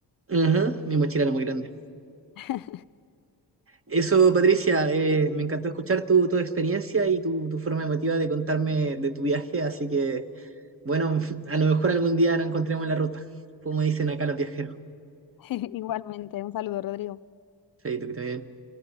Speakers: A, on the right; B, on the left.
A: Ujú, mi mochila era muy grande.
B: <laughs>
A: Eso, Patricia, eh, me encantó escuchar tu, tu experiencia y tu, tu forma emotiva de contarme de tu viaje, así que, bueno, <laughs> a lo mejor algún día nos encontremos en la ruta, como dicen acá los viajeros.
B: <laughs> Igualmente, un saludo, Rodrigo.
A: Chaito, que esté bien.